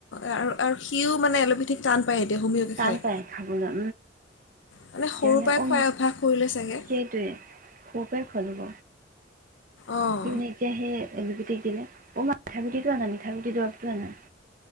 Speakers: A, on the left (about 75°); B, on the right (about 45°).
A: আৰু আৰু সিও মানে এল'পেথিক টান পায় এতিয়া হোমিয়কে
B: টান
A: খায়।
B: পায় খাবলৈ উম
A: মানে সৰুৰ
B: <inaudible>
A: পৰাই
B: অ
A: খোৱাই অভ্যাস কৰিলে চাগে
B: সেইটোৱে প পে খোলিৱ।
A: অঁ
B: কি মই এতিয়া সেই এলুপিটিক দিলে অ মা মিঠা গুটিটো আনা মিঠা গুটিৰ দৰবটো আনা।